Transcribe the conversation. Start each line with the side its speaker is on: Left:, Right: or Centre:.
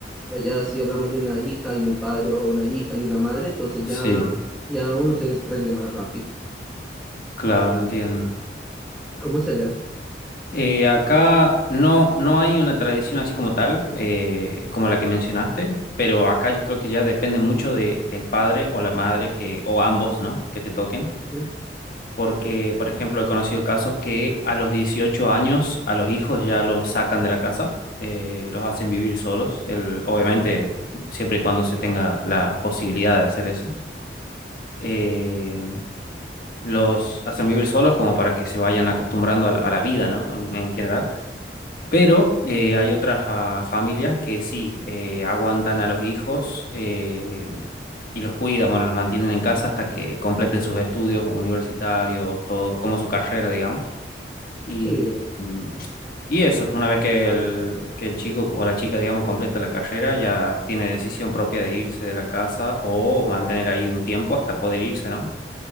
Centre: Pero ya si hablamos de una hija y un padre o una hija y una madre, entonces
Left: Sí,
Centre: ya, ya uno se desprende más rápido.
Left: claro, entiendo.
Centre: ¿Cómo es allá?
Left: Eh, acá no, no hay una tradición así como tal, eh, como la que mencionaste, pero acá yo creo que ya depende mucho de el padre o la madre que, o ambos, ¿no? Que te toquen.
Centre: Ujú.
Left: Porque, por ejemplo, he conocido casos que a los 18 años a los hijos ya los sacan de la casa, eh, los hacen vivir solos, el, obviamente siempre y cuando se tenga la posibilidad de hacer eso. Eh, los hacen vivir solos como para que se vayan acostumbrando a la, a la vida, ¿no? En, en general. Pero eh, hay otras ah, familias que sí eh, aguantan a los hijos eh, y los cuidan, bueno, los mantienen en casa hasta que completen sus estudios universitarios, todo, como su carrera, digamos. Y,
Centre: Sí,
Left: mm, y eso, una vez que el, que el chico o la chica, digamos, completa la carrera, ya tiene decisión propia de irse de la casa o mantener ahí un tiempo hasta poder irse, ¿no?